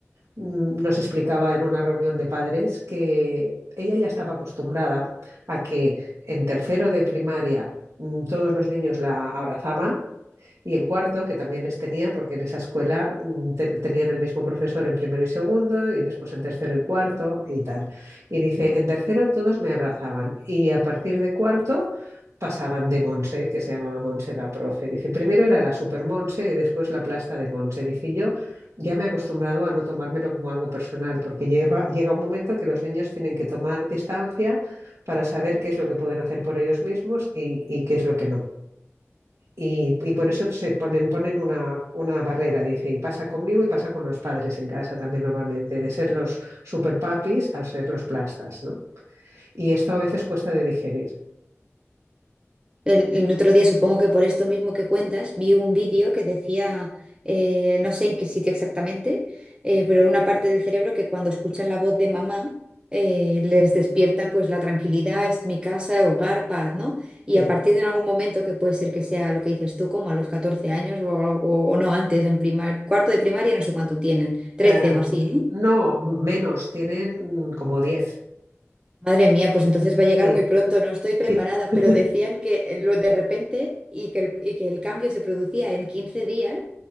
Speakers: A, on the right; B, on the right.
A: mm, nos explicaba en una reunión de padres que ella ya estaba acostumbrada a que en tercero de primaria mm, todos los niños la abrazaban y en cuarto, que también les tenía, porque en esa escuela mm, te, tenían el mismo profesor en primero y segundo, y después en tercero y cuarto, y tal. Y dice, en tercero todos me abrazaban, y a partir de cuarto pasaban de Monse, que se llamaba Monse la profe. Dice, primero era la super Monse y después la plasta de Monse. Dice, yo ya me he acostumbrado a no tomármelo como algo personal, porque llega, llega un momento en que los niños tienen que tomar distancia para saber qué es lo que pueden hacer por ellos mismos y, y qué es lo que no. Y, y por eso se ponen, ponen una, una barrera, dice, y pasa conmigo y pasa con los padres en casa también normalmente, de ser los super papis a ser los plastas, ¿no? Y esto a veces cuesta de digerir.
B: El, el otro día, supongo que por esto mismo que cuentas, vi un vídeo que decía, eh, no sé en qué sitio exactamente, eh, pero una parte del cerebro que cuando escuchan la voz de mamá eh, les despierta pues la tranquilidad, es mi casa, hogar, paz, ¿no? Y
A: Sí.
B: a partir de algún momento, que puede ser que sea lo que dices tú, como a los 14 años o, o- o no antes, en primar cuarto de primaria, no sé cuánto tienen, 13
A: Eh,
B: o así,
A: no, menos,
B: ¿no?
A: tienen mm, como diez
B: Madre mía, pues entonces va a llegar
A: Sí,
B: muy pronto, no estoy preparada,
A: sí, <laughs>
B: pero decían que lo de repente y que el, y que el cambio se producía en 15 días,